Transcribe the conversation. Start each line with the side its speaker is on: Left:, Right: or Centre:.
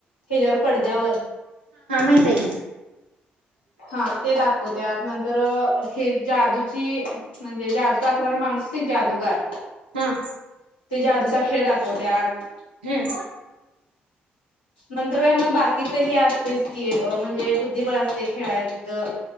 Left: हेज्यावर पडद्यावर.
Right: ते गं
Left: हां ते दाखवत्यात, नंतर हे जादूची म्हणजे जादू दाखवणारा माणूस ते जादूगार.
Right: हां
Left: ते जादूचा खेळ दाखवत्यात.
Right: हम्म
Left: नंतर काय मग बाकीचं हे अस्तयंच की, म्हणजे बुद्धिबळ अस ते खेळाय तितं.